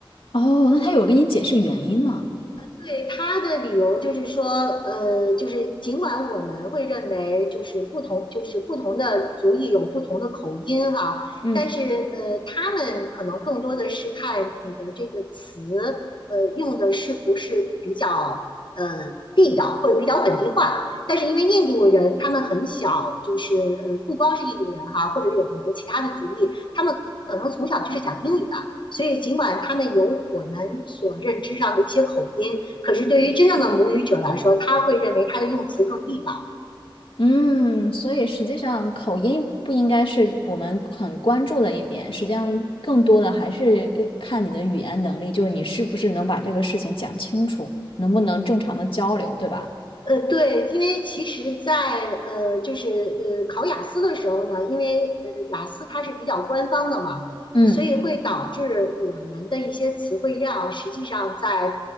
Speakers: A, on the left (about 80°); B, on the left (about 60°).
A: 哦，那他有跟你解释原因吗？
B: 对他的理由就是说，呃，就是尽管我们会认为就是不同，就是不同的族裔有不同的口音哈，
A: 嗯
B: 但是呃，他们可能更多的是看你的这个词，呃，用的是不是比较呃地道或者比较本地化。但是因为印度人他们很小，就是呃，不光是印度人哈，或者有很多其他的族裔，他们可能从小就是讲英语的。所以，尽管他们有我们所认知上的一些口音，可是对于真正的母语者来说，他会认为他的用词更地道。
A: 嗯，所以实际上口音不应该是我们很关注的一点，实际上更多的还是呃看你的语言能力，就是你是不是能把这个事情讲清楚，能不能正常的交流，对吧？
B: 呃，对，因为其实在，呃，就是呃考雅思的时候呢，因为呃雅思它是比较官方的嘛，
A: 嗯，
B: 所以会导致我们的一些词汇量，实际上在